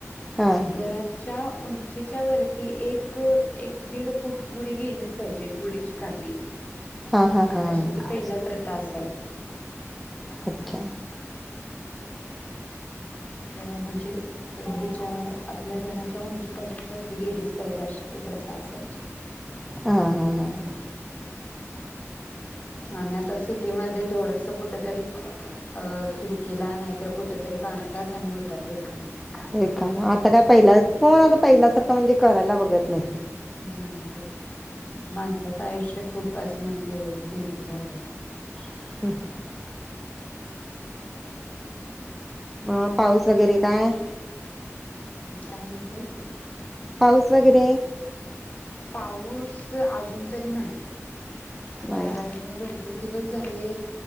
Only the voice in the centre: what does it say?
हां
हां हां हां
अच्छा
हां हां हां
होय, का आता काय पहिला कोण आता पहिल्यासारखं म्हणजे करायला बघ. बगत नाही.
<inaudible> म पाऊस वगैरे काय?
पाऊस वगैरे
नाही